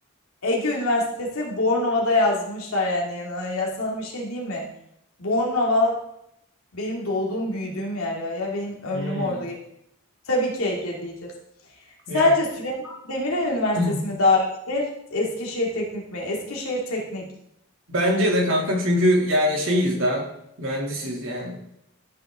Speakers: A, on the left; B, on the right.
A: Ege Üniversitesi Bornova'da yazmışlar yani. Ya sana bir şey diyeyim mi? Bornova Benim doğduğum, büyüdüğüm yer ya. Ya benim ömrüm
B: Hmm,
A: orada geçti. Tabii ki Ege diyeceğiz. Sence
B: yani.
A: Süleyman Demirel Üniversitesi
B: <clears throat>
A: mi daha iyidir? Eskişehir Teknik mi? Eskişehir Teknik.
B: Bence de kanka çünkü yani şeyiz daha. Mühendisiz yani.